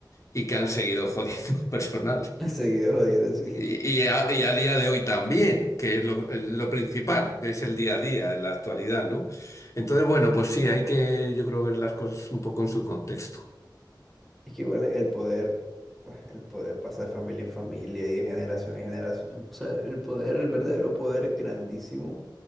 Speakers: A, on the left (about 40°); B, in the centre.
A: y que han seguido jodiendo <laughs> personal.
B: Ha Seguido jodiendo, sí.
A: Y, y a, y a día de hoy también, que es lo, lo principal, que es el día a día, en la actualidad, ¿no? Entonces, bueno, pues sí, hay que, yo creo, ver las cosas un poco en su contexto.
B: Es que igual el poder, pues el poder pasa de familia en familia y de generación en generación. O sea, el poder, el verdadero poder grandísimo,